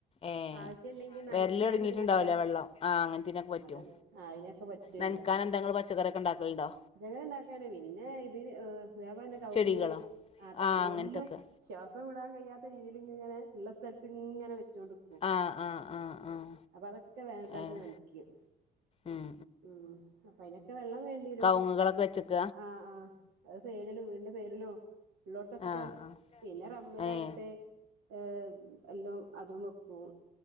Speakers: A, on the left; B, on the right.
A: ഏഹ്
B: ആശ്യ ണ്ടെങ്കി നനക്കൻ
A: വെരല് ഒടുങ്ങിയിട്ടുണ്ടാവില്ലേ
B: ഇതിനൊക്കെ
A: വെള്ളം ആഹ് അങ്ങനത്തിനൊക്കെ പറ്റും
B: അത അയിതിനൊക്കെ പറ്റൂല്ലോ
A: നനക്കാൻ എന്താ ഇങ്ങള് പച്ചക്കറിയൊക്കെ ഉണ്ടാക്കലുണ്ടോ
B: അതെങ്ങനെ ഉണ്ടാക്കാണ് പിന്നെ ഇതിന് അതേപോലെന്നെ കവുങ്
A: ചെടികളോ
B: ആ തൈ
A: ആഹ്
B: എല്ലാം
A: അങ്ങനത്തൊക്കെ
B: ശ്വാസ രസടൻ കഴിയാത്ത രീതിയി ഇങ്ങന ഉള്ള സ്ഥല ഇങ്ങനെ വടുക്കും
A: ആഹ് ആഹ് ആഹ് ആഹ്
B: അപ്പൊ അതൊക്കെ വേനൽക്കാലത്ത്
A: ഏഹ്
B: നനക്കും
A: ഉം
B: ഉം അപ്പൊ അതിനൊക്കെ വെള്ളം വേണ്ടി വരും
A: മങ്ങുകളൊക്കെ
B: ആ ആഅത് സൈഡിലും വീന്റെ സൈഡിലും ഉള്ളോടത്തൊക്കെ
A: ആഹ് ആഹ്
B: പിന്നെ റമ്മലായിട്ട്
A: ഏഹ്
B: ഏ എല്ലാം അതും പോഓ